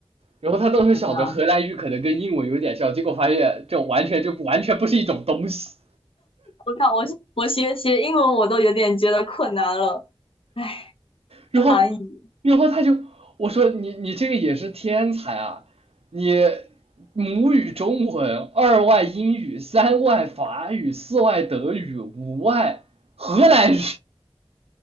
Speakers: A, on the right; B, on the left.
A: 然后他当时想着荷兰语可能跟英文有点像，
B: 怎么
A: 结果发现这完全就完全不是一种东西。
B: 我看我我学学英文我都有点觉得困难了，唉，
A: 然后，
B: 难以
A: 然后他就我说你你这个也是天才啊，你母语中文，二外英语，三外法语，四外德语，五外荷兰语。